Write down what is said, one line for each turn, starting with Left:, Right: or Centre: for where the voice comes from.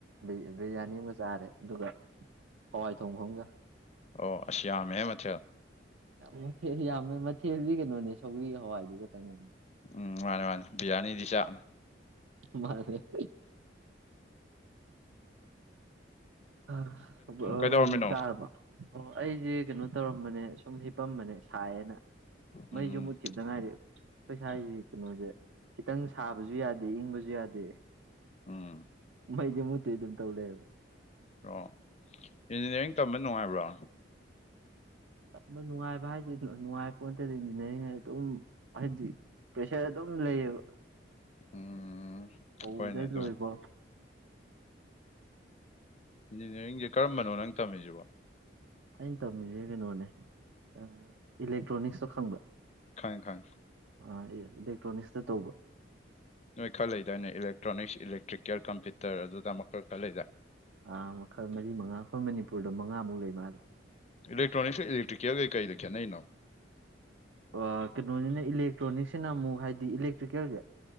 Right: ꯕꯤꯔ ꯑ ꯕꯤꯔꯌꯥꯅꯤ ꯑꯃꯒ ꯆꯥꯔꯦ ꯑꯗꯨꯒ ꯍꯋꯥꯏ ꯊꯣꯡꯕ ꯑꯃꯒ
Left: ꯑꯣ ꯑꯁ ꯌꯥꯝꯃꯦꯍꯦ ꯃꯊꯦꯜ
Right: ꯃꯊꯦꯜ ꯌꯥꯝꯃꯦ ꯃꯊꯦꯜꯗꯤ ꯀꯩꯅꯣꯅꯦ ꯁꯧꯔꯤ ꯍꯋꯥꯏꯗꯨ ꯈꯛꯇꯪꯅꯤ
Left: ꯎꯝ ꯃꯥꯅꯦ ꯃꯥꯅꯦ ꯕꯤꯔꯌꯥꯅꯤꯗꯤ ꯆꯥꯛꯅꯦ
Right: ꯃꯥꯅꯦ ꯍꯍ <unintelligible>
Left: ꯀꯩꯗꯧꯔꯝꯃꯤꯅꯣ
Right: ꯍꯧꯖꯤꯛ ꯇꯥꯔꯕ ꯑꯣ ꯑꯩꯖꯤ ꯀꯩꯅꯣ ꯇꯧꯔꯝꯕꯅꯦ ꯁꯨꯝ ꯍꯄꯝꯕꯅꯦ ꯁꯥꯏꯌꯦꯅ ꯃꯩꯁꯨ
Left: ꯎꯝ
Right: ꯃꯨꯠꯈꯤꯕꯗ ꯉꯥꯏꯔꯤ ꯑꯩꯈꯣꯏꯁ꯭ꯋꯥꯏꯒꯤ ꯀꯩꯅꯣꯖꯦ ꯈꯤꯇꯪ ꯁꯥꯕꯖꯨ ꯌꯥꯗꯦ ꯏꯪꯕꯖꯨ ꯌꯥꯗꯦ
Left: ꯎꯝ
Right: ꯃꯩꯖꯦ ꯃꯨꯠꯇꯨꯏ ꯑꯗꯨꯝ ꯇꯧ ꯂꯩ ꯑꯕ
Left: ꯑꯣ ꯏꯟꯖꯤꯅꯤꯌꯥꯔꯤꯡ ꯇꯝꯕ ꯅꯨꯡꯉꯥꯏꯕ꯭ꯔꯣ
Right: ꯇꯝꯕ ꯅꯨꯡꯉꯥꯏꯕ ꯍꯥꯏꯖꯦ ꯅꯨꯡ ꯅꯨꯡꯉꯥꯏ ꯄꯣꯟꯇꯦꯗ ꯏꯟꯖꯤꯅꯤꯌꯥꯔꯤꯡ ꯍꯥꯏ ꯑꯗꯨꯝ ꯍꯥꯏꯗꯤ ꯄ꯭ꯔꯦꯁꯔ ꯑꯗꯨꯝ ꯎꯝ ꯂꯩꯌꯦꯕ
Left: ꯎꯝ
Right: ꯍꯧꯗꯩ
Left: ꯍꯣꯏꯅꯦ ꯑꯗꯨ
Right: ꯂꯣꯏꯕꯥꯎ
Left: ꯏꯟꯖꯤꯅꯤꯌꯥꯔꯤꯡꯖꯦ ꯀꯔꯝꯕꯅꯣ ꯅꯪ ꯇꯝꯃꯤꯖꯤꯕꯣ
Right: ꯑꯩꯅ ꯇꯝꯃꯤꯖꯦ ꯀꯩꯅꯣꯅꯦ ꯑ ꯏꯂꯦꯛꯇ꯭ꯔꯣꯅꯤꯛꯁꯇꯣ ꯈꯪꯕ꯭ꯔꯥ
Left: ꯈꯪꯉꯦ ꯈꯪꯉꯦ
Right: ꯑ ꯑꯩ ꯏꯂꯦꯛꯇ꯭ꯔꯣꯅꯤꯛꯁꯇ ꯇꯧꯕ
Left: ꯅꯣꯏ ꯈꯔ ꯂꯩꯗꯥꯏ ꯅꯦ ꯏꯂꯦꯛꯇ꯭ꯔꯣꯅꯤꯛꯁ ꯏꯂꯦꯛꯇ꯭ꯔꯤꯀꯦꯜ ꯀꯝꯄ꯭ꯌꯨꯇꯔ ꯑꯗꯨ ꯑꯗꯥ ꯃꯈꯜ ꯈꯔ ꯂꯩꯗꯥꯏ
Right: ꯑꯥ ꯃꯈꯜ ꯃꯔꯤ ꯃꯉꯥ ꯑꯩꯈꯣꯏ ꯃꯅꯤꯄꯨꯔꯗ ꯃꯉꯥꯃꯨꯛ ꯂꯩ ꯃꯥꯜꯂꯦ
Left: ꯏꯂꯦꯛꯇ꯭ꯔꯣꯅꯤꯛꯁꯀ ꯏꯂꯦꯛꯇ꯭ꯔꯤꯀꯦꯜꯒꯩ ꯀꯩꯗ ꯈꯦꯠꯅꯩꯅꯣ
Right: ꯑꯥ ꯀꯩꯅꯣꯅꯤꯅ ꯏꯂꯦꯛꯇ꯭ꯔꯣꯅꯤꯛꯁꯤꯅ ꯑꯃꯨꯛ ꯍꯥꯏꯗꯤ ꯏꯂꯦꯛꯇ꯭ꯔꯤꯀꯦꯜꯖꯦ